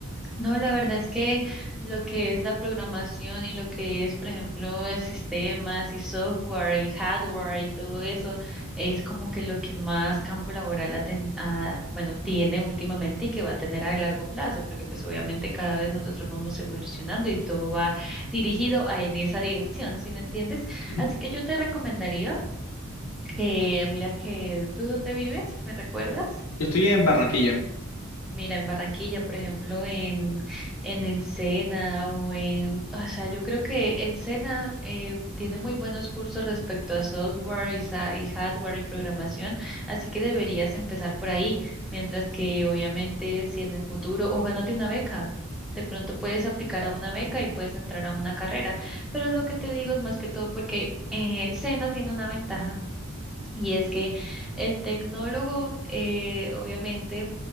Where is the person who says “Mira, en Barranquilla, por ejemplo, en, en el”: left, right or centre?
Centre